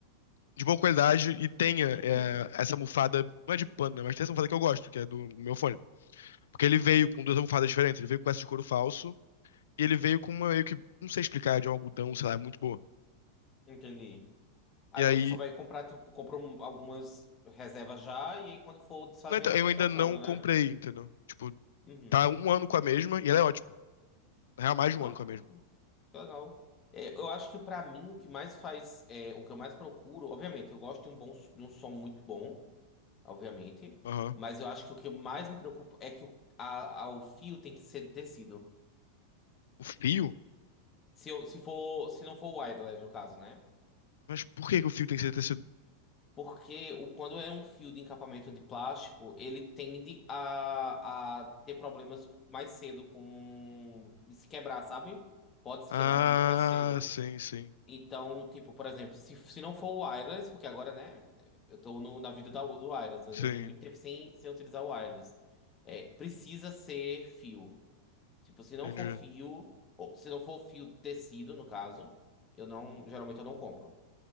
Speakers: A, on the left; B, on the left.
A: de boa qualidade e tenha
B: Uhum,
A: é, essa almofada, não é de pano, né, mas tem essa almofada que eu gosto, que é do meu fone. Porque ele veio com duas almofadas diferentes, ele veio com essa de couro falso e ele veio com uma meio que, não sei explicar, de um algodão, sei lá, muito boa.
B: entendi. Aí
A: E aí,
B: você só vai comprar, tipo, comprou um- algumas reservas já, e aí quando for desfazendo,
A: não, então,
B: você
A: eu
B: vai
A: ainda
B: trocando,
A: não comprei,
B: né?
A: entendeu? Tipo,
B: Uhum.
A: tá um ano com a mesma e ela é ótima. Na real, mais de
B: Ah?
A: um ano com a mesma.
B: Que Legal. É, eu acho que pra mim o que mais faz, é, o que eu mais procuro, obviamente, eu gosto de um bom, de um som muito bom, obviamente,
A: Aham.
B: mas eu acho que o que mais me preocupa é que o, a, a- o fio tem que ser de tecido.
A: O fio?
B: Se eu, se for, se não for wireless no caso, né?
A: Mas por que que o fio tem que ser tecido?
B: Porque o, quando é um fio de encapamento de plástico, ele tende a, a ter problemas mais cedo com de se quebrar, sabe? Pode se
A: Ah,
B: quebrar muito mais cedo.
A: sim, sim.
B: Então, tipo, por exemplo, se, se não for o wireless, porque agora, né, eu tô no, na vida da, do wireless, eu
A: Sim,
B: fazia muito tempo sem, sem utilizar o wireless. É, precisa ser fio. Tipo, se não
A: entendi.
B: for fio, ou se não for fio tecido, no caso, eu não, geralmente eu não compro.